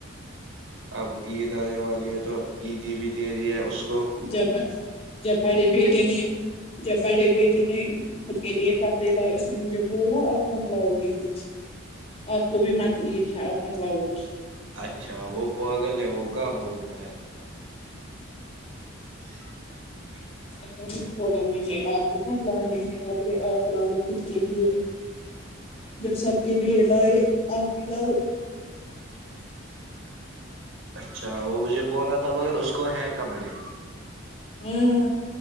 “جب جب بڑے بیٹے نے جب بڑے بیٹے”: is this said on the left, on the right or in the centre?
Left